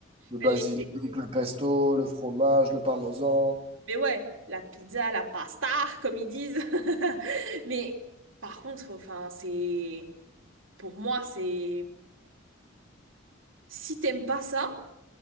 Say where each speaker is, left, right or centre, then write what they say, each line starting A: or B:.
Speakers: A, on the right; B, on the right.
A: Le basilic,
B: les
A: le pesto, le fromage, le parmesan.
B: mais ouais, la pizza, la pasta comme ils disent. <laughs> Mais par contre, enfin, c'est pour moi c'est si t'aimes pas ça